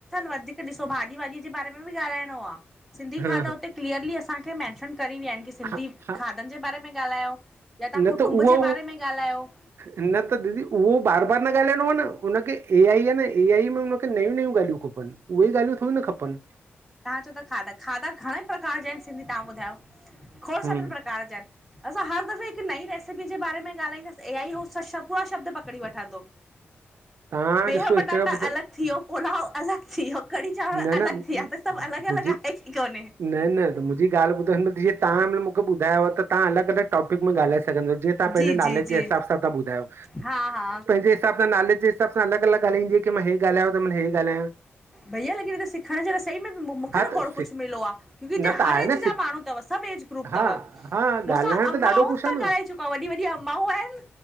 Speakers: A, in the centre; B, on the right.
A: वधीक ॾिसो भाॼी वाॼी जे बारे में बि ॻाल्हाइणो आ, सिंधी
B: हा
A: खाधे हुते क्लीअर्ली असांखे मैंशन करी विया आहिन कि सिंधी
B: हा हा
A: खाधन जे बारे में ॻाल्हायो। या तां
B: न
A: कुटुंब
B: त उहो
A: जे बारे में ॻाल्हायो।
B: न त दीदी उहो बार बार न ॻाल्हाइणो आ न हुनखे ए आइ आहे न ए आइ में हुनखे नयूं नयूं नयूं खपनि उहे ई ॻाल्हियूं थोङी न खपनि।
A: तां चओ था खाधा, खाधा घणेई प्रकार जा आहिन सिंधी तां ॿुधायो! खोड़
B: हम्म,
A: सारे प्रकार जा आहिन असां हर दफ़े हिकु नई रेसिपी जे बारे में ॻाल्हाईंदासीं, ए आई उहा शब्द पकड़ी वठंदो।
B: तव्हां
A: बीह
B: ॾिसो
A: पटाटा
B: हिकु ॿुधाए
A: अलॻि थी वियो, पुलाव अलॻि थी वियो कढ़ी चांवर
B: न
A: अलॻि
B: न मुंहिंजी,
A: थी विया त सभु अलॻि अलॻि आहे की कोन्हे
B: न न त मुंहिंजी ॻाल ॿुधाईंदो जिंअ तहां मूंखे ॿुधायव त तहां अलॻ अलॻ टॉपिक में ॻाल्हाए सघंदव जीअं तहां पंहिंजे
A: जी जी
B: नाले
A: जी
B: जे हिसाब सां ॿुधायो।
A: हा हा।
B: मुंजे हिसाब सां नाले जे हिसाब सां अलॻ अलॻ ॻाल्हईंदी आ कि मां हे ॻालायो आ त मां हे ॻालायां।
A: भईया लेकिन हिते त सिखायण सई में मूंखे
B: हा त
A: थोङो
B: सिक
A: कुछ मिलयो आ क्योकी हिते
B: न त
A: हर
B: आहे
A: एज
B: न सिक
A: जा माण्हू थव सब एज ग्रुप
B: हा
A: थव।
B: हा
A: मूं
B: ॻाल्हाइण
A: सां अम्माउन
B: ॾाढो कुझु
A: त
B: आहे न
A: ॻाल्हाए चुको आ, वॾी वॾी अम्माऊं आहिन।